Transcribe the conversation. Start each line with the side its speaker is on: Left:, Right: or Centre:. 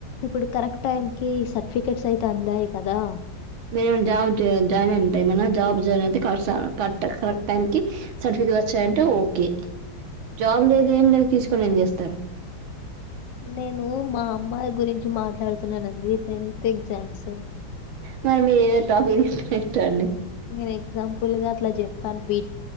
Left: ఇప్పుడు కరెక్ట్ టైం కి సర్టిఫికెట్స్ అయితే అందాయి కదా.
Right: మేము జాబ్ జాయిన్ జ జయింట ఏమన్నా, జాబ్ జాయిన్ అయితే కర్స్ కట్ కరెక్ట్ టైం కి సర్టిఫికేట్ వచ్చాయంటే ఓకే. జాబ్ లేదు ఏం లేదు తీసుక్ కొని ఏం చేస్తరు.
Left: నేను మా అమ్మాయి గురించి మాట్లాడుతున్నానండి, టెన్త్ ఎగ్జామ్స్
Right: మరీ ఏ టాపిక్ తీస్ స్టిట్ అండి.
Left: నేను ఎగ్జాంపుల్ గా అట్ల చెప్పాను, బీ